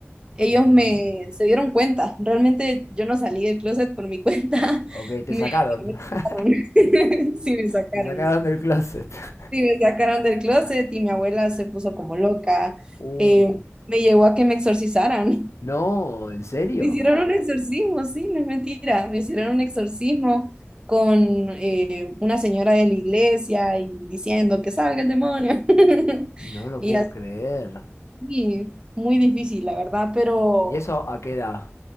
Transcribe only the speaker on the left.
Mm.
Ok,
te
sacaron.
<laughs>
Te sacaron del closet. <laughs>
Uh,
no, ¿en serio?
No lo puedo
creer.
¿Y eso a qué edad?